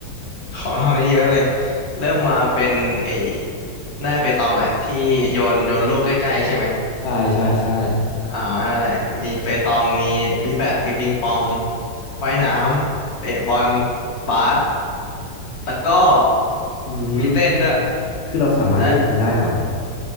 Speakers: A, on the left; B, on the left.
A: ของเรานี่เยอะเลยเริ่มมาเป็นไอหน้าเปตองแหละที่โยนโยนลูกใกล้ๆใช่ไหม
B: ใช่ใช่ใช่
A: อ่านั่นแหละมีเปตองมีมีแบดมีปิงปองว่ายน้ำเตะบอลบาสตะกร้อ
B: อืม
A: มีเต้นด้วย
B: คือเราสามารถเลือกเองได้เหรอ
A: และ